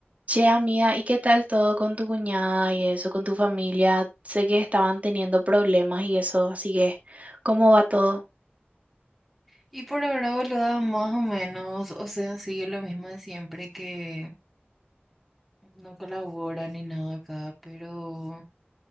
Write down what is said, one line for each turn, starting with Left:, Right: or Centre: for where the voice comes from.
Right: Che, amiga, ¿y qué tal todo con tu cuñada y eso, con tu familia? Sé que estaban teniendo problemas y eso, así que, ¿cómo va todo?
Centre: Y por ahora, boluda, más o menos, o sea, sigue lo mismo de siempre que no colabora ni nada acá, pero